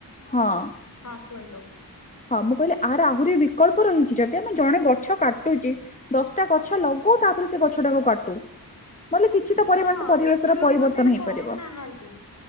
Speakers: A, on the left; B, on the left.
A: ହଁ।
B: ହଁ କୁହନ୍ତୁ।
A: ହଁ ମୁଁ କହିଲି ଆର ଆହୁରି ବିକଳ୍ପ ରହିଚି ଯଦି ଆମେ ଜଣେ ଗଛ କାଟୁଚି ଦଶଟା ଗଛ ଲଗାଉ ତାପରେ ସେ ଗଛ ଟାକୁ କାଟୁ। ନହେଲେ କିଛି ତ ପରିମାଣ
B: ହଁ
A: ପରିବେଶର
B: କିନ୍ତୁ ଲୋକ
A: ପରିବର୍ତ୍ତନ
B: ସେଇଟା
A: ହେଇପାରିବ
B: କରୁନାହାନ୍ତି।